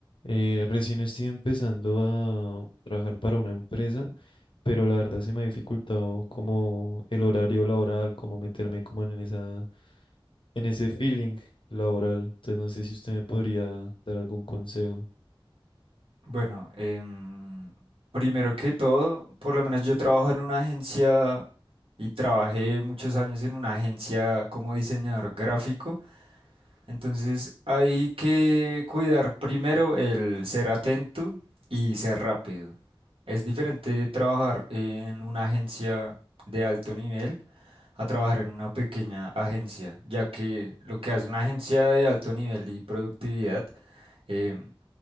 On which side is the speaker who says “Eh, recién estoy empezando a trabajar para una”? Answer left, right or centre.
Left